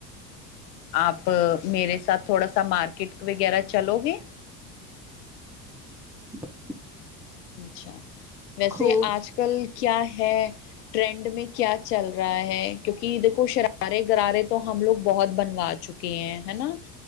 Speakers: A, on the left; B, in the centre.
A: آپ میرے ساتھ تھوڑا سا مارکیٹ وغیرہ چلو گے
B: ج <inaudible>
A: اچھا ویسے
B: خوب
A: آج کل کیا ہے <unintelligible> ہے ٹرینڈ میں کیا چل رہا ہے کیونکہ دیکھو شرارے غرارے تو ہم لوگ بہت بنوا چکے ہیں ہے نا <unintelligible>